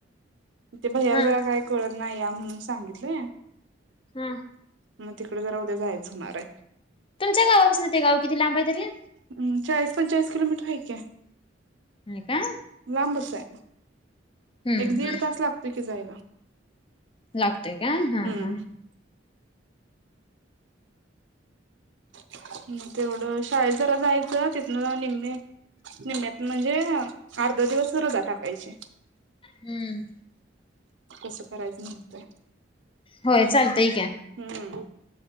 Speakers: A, on the right; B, on the left.
A: ते भैयाला
B: हा
A: जरा काय कळत नाही या म्हणून सांगितलंय.
B: हम.
A: मग तिकडे जरा उद्या जायचं होणार आहे.
B: तुमच्या गावापासून ते गाव किती लांब हाय तरी?
A: म चाळीस पंचेचाळीस किलोमीटर हाय की.
B: हो काय.
A: लांबच हाय.
B: हम्म
A: एक दीड
B: हम्म
A: तास लागतोय कि जायला.
B: लागतोय का हा
A: मग
B: हा.
A: हम, तेवढं शाळेत जरा जायचं. तिथन जाऊ निम्मे निम्म्यात म्हणजे अर्ध दिवस रजा टाकायची.
B: हम्म
A: कसं करायचं नसतय.
B: होय चालतंय
A: हम्म.